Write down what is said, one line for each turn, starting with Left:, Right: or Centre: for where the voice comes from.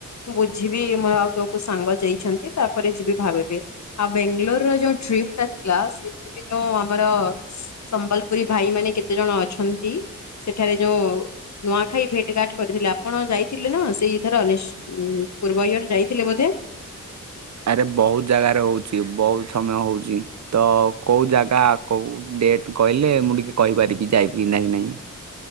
Left: ବୁଝିବି ମୁଁ ଆଉ କୋଉ କୋଉ ସାଙ୍ଗ ଯାଇଛନ୍ତି ତାପରେ ଯିବି ଭାବିବି। ଆଉ ବେଙ୍ଗଲୋର ର ଯୋଉ ଟ୍ରିପ୍ ଟା ଥିଲା ସେଥିରେ ଯୋଉ ଆମର ସମ୍ବଲପୁରୀ ଭାଇ ମାନେ କେତେ ଜଣ ଅଛନ୍ତି ସେଠାରେ ଯୋଉ ନୂଆଖାଇ ଭେଟ ଘାଟ କରିଥିଲେ ଆପଣ ଯାଇଥିଲେ ନା ସେଇଥର ଉଁ ପୂର୍ବ ଇୟର ଯାଇଥିଲେ ବୋଧେ?
Right: ଆରେ ବହୁତ ଜାଗାରେ ହଉଛି, ବହୁତ ସମୟ ହଉଛି। ତ କୋଉ ଜାଗା କୋଉ ଡେଟ୍ କହିଲେ ମୁଁ ଟିକେ କହିପାରିବି ଯାଇବି ନା ନା ନହିଁ।